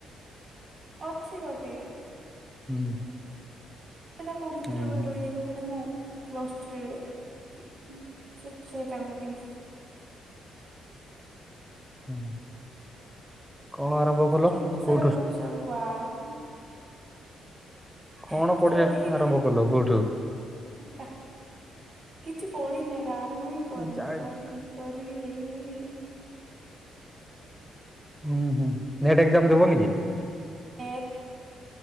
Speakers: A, on the right; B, in the centre.
A: ଅଛି ଗୋଟେ।
B: ହୁଁ।
A: ସେଟା କୋଉ ଭିତରେ
B: ହୁଁ
A: ଗୋଟେ
B: ହୁଁ
A: ରହିଯା ଯୋଉ ସେଟା ମୁଁ ପ୍ଲସଥ୍ରୀରେ ବି ସେ ଟାଇମ୍ ରେ କିଣିଥିଲି।
B: ହୁଁ। କଣ ଆରମ୍ଭ? କଲ
A: କେତେ ସାରା
B: କୋଉଠୁ
A: ବୁକ୍ ସବୁ କୁଆଡେ କଣ
B: କଣ
A: ମୁଁ
B: ପଢ଼ିବା
A: ପଢିନି
B: ଆରମ୍ଭ କଲ କୋଉଠୁ?
A: ଏକା। କିଛି ପଢିନି ଆକା ଆରମ୍ଭ ହିଁ କରିନି
B: ଜାଇନି
A: କରିବି କରିବି ହେଇ ହେଇ ହେଇ
B: ହୁଁ ହୁଁ ନେଟ୍ ଏକ୍ଜାମ ଦେବନି କି?
A: ମେଥ୍